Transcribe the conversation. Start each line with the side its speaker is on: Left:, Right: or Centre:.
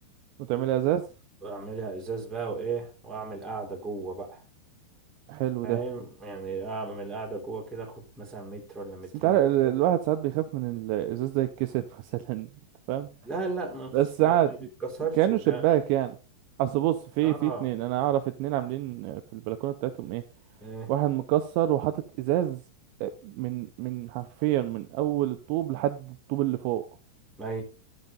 Right: وتعملها ازاز
Centre: واعملها ازاز بقى وايه واعمل قاعدة جوه بقى
Right: حلو
Centre: فاهم
Right: ده
Centre: يعني اعمل قاعدة جوه كده اخد مثلا متر ولا مترين
Right: بس انت عارف
Centre: في
Right: ال-
Centre: البيت
Right: الواحد ساعات بيخاف من ال- الازاز ده يتكسر <laughs> مثلا انت فاهم
Centre: لا لا ما فيش
Right: بس
Centre: ما
Right: عاد
Centre: ما بيتكسرش
Right: كانوا
Centre: لا
Right: شباك يعني اصل بص في
Centre: اه
Right: في اتنين انا اعرف اتنين عاملين في البلكونه بتاعتهم ايه
Centre: إيه.
Right: واحد مكسر وحاطط ازاز آه، من من حرفيا من اول الطوب لحد الطوب اللي فوق
Centre: ما